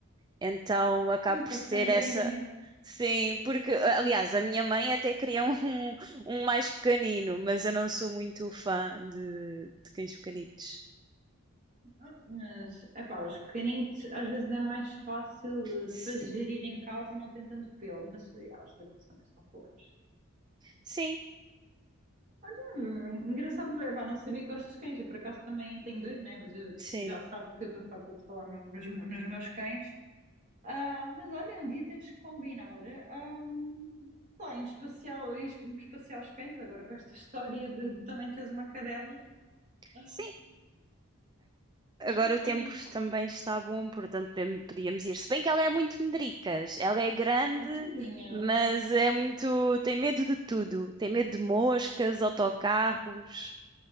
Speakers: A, on the right; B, on the right.
A: então acabo
B: Sim,
A: por
B: pareceu-me
A: ter
B: grandinha.
A: essa. Sim, porque aliás a minha mãe até queria um, um um mais pequenino, mas eu não sou muito fã de, de cães pequenitos.
B: Ah, Mas, epá, os canites às vezes é mais fácil
A: Sim,
B: eh, para gerir em casa e não tem tanto pelo, mas eh, ah, os canites também são fofos.
A: sim,
B: Olha, en- engraçado, epá, não sabia que gostas de cães, eu por acaso também tenho dois, né? Mas eu-
A: sim,
B: tu já sabes que eu estou farta de falar no- nos, nos meus cães. Ah, mas olha, um dia temos que combinar, ah, sei lá, irmos passear, irmos passear os cães, agora com esta <laughs> história de, de também teres uma cadela. Ah,
A: sim. Agora
B: achei pânico,
A: o tempo também está bom, portanto podem- podíamos ir. Se bem que ela é muito medricas, ela é grande,
B: oh, tadinha.
A: mas é muito, tem medo de tudo. Tem medo de moscas, autocarros.